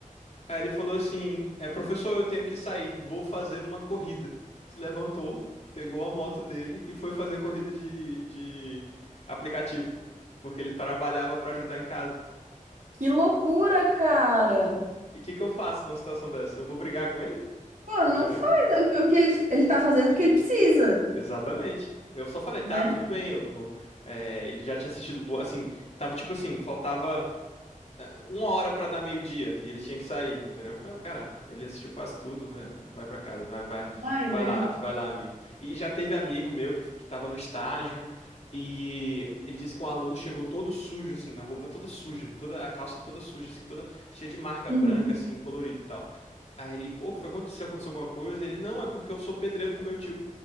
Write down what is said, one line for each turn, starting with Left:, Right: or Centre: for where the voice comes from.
Left: Aí ele falou assim: é, professor, eu tenho que sair, vou fazer uma corrida. Se levantou, pegou a moto dele e foi fazer corrida de, de aplicativo, porque ele trabalhava pra ajudar em casa.
Right: Que loucura, cara!
Left: E o que que eu faço numa situação dessa? Eu vou brigar com ele?
Right: Pô, não
Left: Entendeu?
Right: faz o o que ele, ele tá fazendo porque ele precisa,
Left: Exatamente. Eu só falei, tá,
Right: né?
Left: tudo bem, eu vou. É, ele já tinha assistido boa, assim, tava tipo assim, faltava. eh, uma hora pra dar meio-dia e ele tinha que sair, entendeu? Ah, Cara, ele assistiu quase tudo, vai vai pra casa, vai, vai,
Right: Vai,
Left: vai
Right: né?
Left: lá, vai lá, amigo. E já teve amigo meu que, f- que tava no estágio e ele disse que um aluno chegou todo sujo, assim, a roupa toda suja, toda a calça toda suja, assim, toda cheia de marca
Right: Uhum.
Left: branca, assim, colorida e tal. Aí ele, pô, o que foi? Aconteceu? Aconteceu alguma coisa? Ele, não, é porque eu sou pedreiro com meu tio.